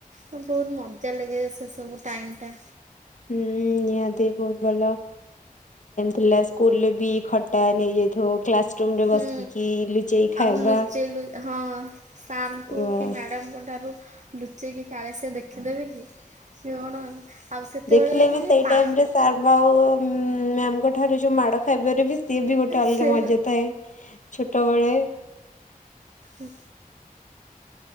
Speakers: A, on the right (about 50°); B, on the left (about 55°).
A: ବହୁତ ମଜା ଲାଗେ ସେ ସବୁ ଟାଇମ ଟା।
B: ହୁଁ ନିହାତି ବହୁତ ଭଲ ଥିଲା ସ୍କୁଲ ରେ ବି ଖ ଟା ନେଇଯାଇଥାଉ କ୍ଲାସ ରୁମ ରେ
A: ହୁଁ
B: ବସିକି ଲୁଚେଇ ଖାଇବା।
A: ଆଉ ଲୁଚେଇ ହଁ ସାର କୁ
B: ବାସ୍
A: କି ମ୍ୟାଡାମ କ ରୁ ଲୁଚେଇକି କାଳେ ସେ ଦେଖିଦେବେ କିି ସେ କଣ? ଆଉ ସେତେବେଳେ
B: ଦେଖିଲେ ବି
A: ମାନେ
B: ସେଇ
A: ପା
B: ଟାଇମ ରେ ସାର୍ ବାଉ ମ୍ୟାମଙ୍କ ଠାରୁ ଯୋଉ ମାଡ ଖାଇବାରେ ବି ଇଏ ବି ଗୋଟେ ଅଲଗା
A: ସେ
B: ମଜା ଥାଏ ଛୋଟବେଳେ।
A: ହୁଁ।